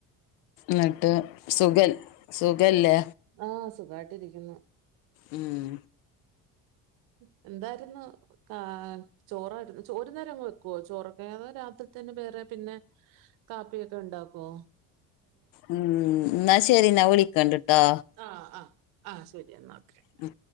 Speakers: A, on the left (about 70°); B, on the right (about 70°).
A: ന്നിട്ട് സുഖ സുഖല്ലേ,?
B: ആഹ സുഖായിട്ടിരിക്കുന്നു.
A: ഉും
B: ഹും എന്തായിരുന്നു ആ ചോറ്ആയിരുന്നു. ചോ ഒര്നേരം അങ്ങ് വെക്കുവോ ചോറൊക്കെ അത് രാത്രി തന്നെ വേറെ പിന്നെ കാപ്പിയൊക്കെ ഉണ്ടാക്കോ?
A: ഉം ന്നാ ശരി ന്നാ വിളിക്കണ്ടിട്ടോ?
B: ആഹ ആ ആ ശൂരിയനോക്കേ.
A: ഉം